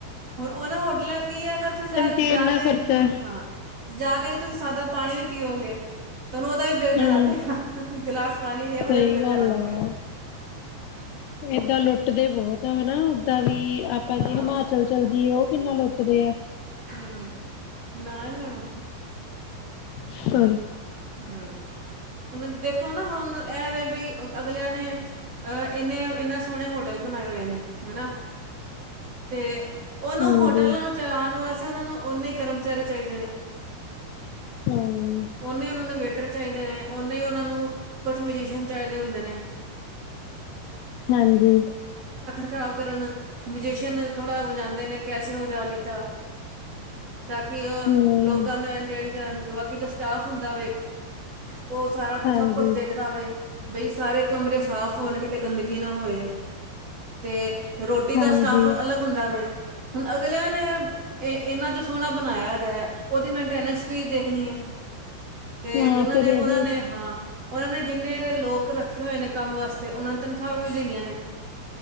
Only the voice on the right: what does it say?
ਹੁਣ ਉਹਨਾਂ ਹੋਟਲਾਂ ਚ ਕੀ ਹੈ ਤਾਂ ਉੱਥੇ
ਜਾ
ਕੇ
ਹਾਂ ਜਾ ਕੇ ਤੁਸੀਂ ਸਾਦਾ ਪਾਣੀ ਵੀ ਪੀਓਗੇ। ਤੁਹਨੂੰ ਉਹਦਾ ਵੀ ਬਿੱਲ ਦੇਣਾ
ਪਏਗਾ ਗਿਲਾਸ ਪਾਣੀ ਲਿਆ ਉਹਦਾ
ਵੀ ਬਿੱਲ
ਦੇਣਾ ਪਏਗਾ।
ਹਾਂ
ਹਮ ਨਾ ਹੀ ਲੈਣਾ
ਹਮ ਹੁਣ ਦੇਖੋ ਨਾ ਹੁਣ ਇਹ ਵ ਬਈ ਅਗਲਿਆਂ ਨੇ ਅਹ ਇੰਨੇ ਇੰਨੇ ਸੋਹਣੇ ਹੋਟਲ ਬਣਾਏ ਹੋਏ ਨੇ। ਹੈਨਾ ਤੇ ਉਹਨੂੰ
ਹੋਟਲਾਂ ਨੂੰ ਚਲਾਉਣ ਵਾਸਤੇ ਉਹਨਾਂ ਨੂੰ ਓਨੇ ਕਰਮ ਕਰਮਚਾਰੀ ਚਾਹੀਦੇ ਨੇ।
ਉਹਨੇ ਉਹਨਾਂ ਨੂੰ ਵੇਖ। ਚਾਹੀਦੇ ਨੇ ਓੇ ਉਹਨਾ ਨੂੰ ਕੁਛ ਮਿਊਜੀਸ਼ੀਅਨ ਚਾਹੀਦੇ ਹੁੰਦੇ ਨੇ।
ਖ਼ਰਾਬ ਕਰਨ ਮਜੀਸ਼ਅਨ ਥੋੜਾ ਵਜਾਉਂਦੇ ਨੇ ਕੈਸਿਓ ਵਜਾ ਲਿੱਤਾ ਤਾਂ ਕਿ ਉਹ
ਲੋਕਾਂ ਨੂੰ ਕਰਨ। ਬਾਕੀ ਜੋ ਸਟਾਫ ਹੁੰਦਾ ਵੇ। ਉਹ ਸਾਰਾ
ਸਭ ਕੁਛ ਦੇਖਦਾ ਹੋਵੇ। ਬਈ ਸਾਰੇ ਕਮਰੇ ਸਾਫ਼ ਹੋਣ ਕਿਤੇ ਗੰਦਗੀ ਨਾ ਹੋਏ ਅਤੇ ਰੋਟੀ
ਦਾ ਸਟਾਫ ਅਲੱਗ ਹੁੰਦਾ ਵੇ। ਹੁਣ ਅਗਲਿਆਂ ਨੇ ਇਨਾ ਜੋ ਸੋਹਣਾ ਬਣਾਇਆ ਉਹਦੀ ਮੇਨਟੇਨੈਂਸ ਵੀ ਦੇਖਣੀ ਹੈ। ਤੇ
ਜਿਨਾਂ
ਨੇ
ਉਹਨਾਂ ਨੇ ਹਾਂ। ਉਹਨਾਂ ਨੇ ਜਿੰਨੇ ਲੋਕ ਰੱਖੇ ਹੋਏ ਨੇ ਕੰਮ ਵਾਸਤੇ ਉਹਨਾਂ ਨੂੰ ਤਨਖਾਹਾਂ ਵੀ ਦੇਣੀਆਂ ਨੇ।